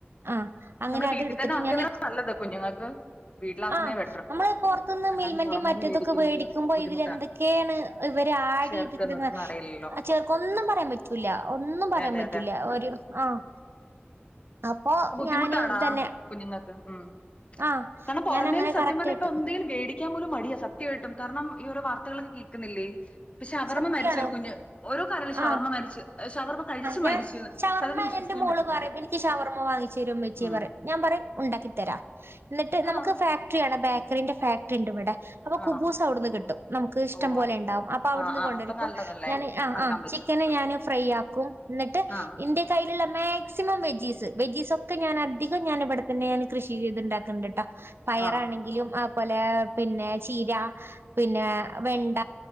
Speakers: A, on the right; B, on the left.
A: ആ അങ്ങനെ
B: നമ്മള്
A: അത്
B: വീട്ടിൽ
A: എടുത്തിട്ട്
B: തന്നെ ആക്കുന്ന
A: ഞാൻ
B: നല്ലത് കുഞ്ഞുങ്ങൾക്ക് വീട്ടിലാക്കുന്നേ
A: ആ
B: ബെറ്റർ
A: നമ്മള് പുറത്തന്ന്
B: കാരണം
A: മിൽമന്റെ
B: പുറമേന്ന്
A: മറ്റേതൊക്കെ
B: മേടിക്കുന്നത്
A: വേടിക്കുമ്പോ
B: ബുദ്ധിമുട്ടാ
A: ഇതില് എന്തൊക്കെയാണ് ഇവര് ആഡ്
B: ചേർക്കുന്നതൊന്നും
A: ചെയ്തിക്കണ്
B: അറിയില്ലല്ലോ
A: ചേർക്ക ഒന്നും പറയാൻ പറ്റൂല ഒന്നും
B: അതെ
A: പറയാൻ
B: അതെ
A: പറ്റൂല
B: അതെ
A: ഒരു ആഹ് അപ്പൊ
B: ബുദ്ധിമുട്ടാടാ
A: ഞാന് തന്നെ
B: കുഞ്ഞുങ്ങൾക്ക് ഉം
A: ആഹ്
B: കാരണം പുറമേന്ന്
A: ഞാനങ്ങനെ
B: സത്യം
A: കറക്റ്റായിട്ട്
B: പറഞ്ഞാ ഇപ്പ എന്തെങ്കിലും വേടിക്ക ടിക്കാൻ പോലും മടിയാ സത്യമായിട്ടും കാരണം ഈ ഓരോ വാർത്തകളൊന്നും കേൾക്കുന്നില്ലേ ഇപ്പോ ഷവർമ്മ
A: സത്യാണ്
B: മരിച്ചൊരു കുഞ്ഞ് ഓരോ കരള് ശവർമ്മ
A: ആഹ്
B: മരിച്ച് ഷവർമ്മ കഴിച്ച്
A: ഞാൻ
B: മരിച്ചു
A: ശവർമ്മ
B: സാധാരണ വിശ്വസിക്കാൻ
A: എന്റെ മോള്
B: പറ്റുന്നില്ല
A: പറയും എനിക്ക് ശവർമ്മ വാങ്ങിച്ചു തരുവോ ഉമ്മച്ചി
B: ഉം
A: പറയും ഞാൻ പറയും ഉണ്ടാക്കിത്തരാ
B: അടിപൊളി
A: എന്നിട്ട് നമുക്ക്
B: ആ
A: ഫാക്ടറി ആണ്. ബേക്കറിന്റെ ഫാക്ടറി ഉണ്ട് ഇവിടെ. അപ്പോ
B: ആണോ
A: കുബൂസ് അവിടുന്ന് കിട്ടും നമുക്ക് ഇഷ്ടം
B: ഓ
A: പോലെ
B: അത്
A: ഉണ്ടാവും അപ്പോ അവിടുന്ന്
B: ആ ആ
A: കൊണ്ടുവരും
B: അപ്പൊ
A: ഇപ്പോൾ
B: നല്ലതല്ലേ
A: ഞാന് ആഹ്
B: ആക്കാൻ
A: ആഹ്
B: പറ്റും
A: ചിക്കന് ഞാന് ഫ്രൈ ആക്കും എന്നിട്ട്
B: ആ
A: എൻ്റെ <unintelligible> ഇല്ല ഇല്ലാ മാക്സിമം വെജീസ് വെജീസ് ഒക്കെ ഞാൻ അധികം ഞാൻ ഇവിടെത്തന്നെ കൃഷി ചെയ്തുണ്ടാക്കണ്ട്. പയറാണെങ്കിലും
B: ആണോ
A: അ പോലെ പിന്നെ ചീര പിന്നെ വെണ്ട